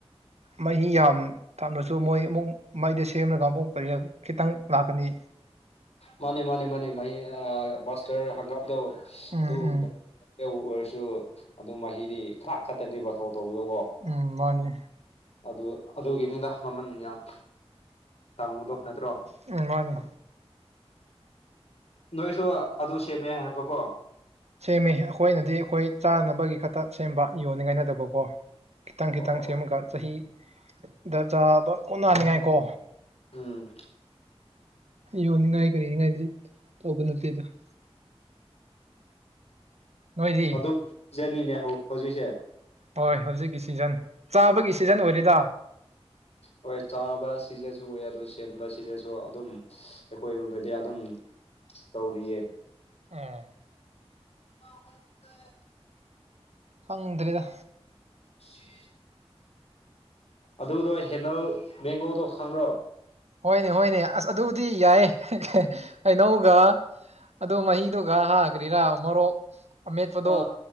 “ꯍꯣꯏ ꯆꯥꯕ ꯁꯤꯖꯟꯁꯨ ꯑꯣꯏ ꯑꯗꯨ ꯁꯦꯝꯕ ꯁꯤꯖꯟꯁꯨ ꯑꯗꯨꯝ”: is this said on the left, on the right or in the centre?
Left